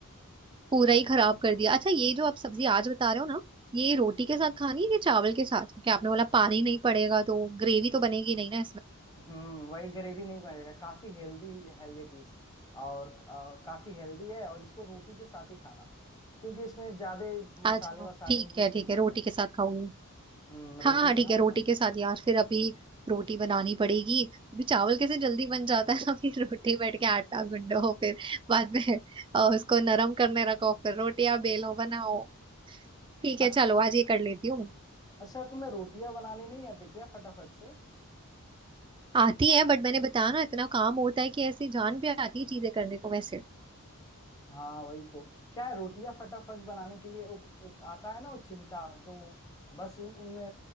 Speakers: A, on the right (about 20°); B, on the left (about 15°).
A: पूरा ही खराब कर दिया अच्छा ये जो आप सब्जी आज बता रहे हो ना ये रोटी के साथ खानी है कि चावल के साथ क्योंकि आपने बोला पानी नहीं पड़ेगा तो ग्रेवी तो बनेगी नहीं ना
B: हम्म वही ग्रेवी नहीं बनेगा काफी हेल्दी है ये डिश और आ, काफी हेल्दी है और इसको रोटी के साथ ही खाना क्योंकि इसमें ज्यादा
A: आ
B: मसाले
A: जाओ
B: वसाले
A: ठीक
B: यूज
A: है ठीक
B: नहीं हो
A: है रोटी
B: रहे हैं
A: के साथ खाऊंगी
B: हम्म
A: हाँ
B: रोटी
A: हाँ ठीक
B: बना
A: है
B: लेना
A: रोटी के साथ यार फिर अभी रोटी बनानी पड़ेगी अभी चावल कैसे जल्दी बन जाता है ना <laughs> फिर रोटी बैठ के आटा गुंदो फिर बाद में अ, उसको नरम करने रखो फिर रोटियां बेलो बनाओ ठीक
B: अच्छा
A: है चलो आज ये कर लेती हूँ मैं
B: अच्छा तुम्हें रोटियां बनानी नहीं आती क्या फटाफट से
A: आती है बट मैंने बताया ना इतना काम होता है कि ऐसे जान पे आती है चीजें करने को वैसे
B: हाँ वही तो क्या है रोटियां फटाफट बनाने के लिए वो- एक आता है ना वो चिमटा दो बस उन उनमें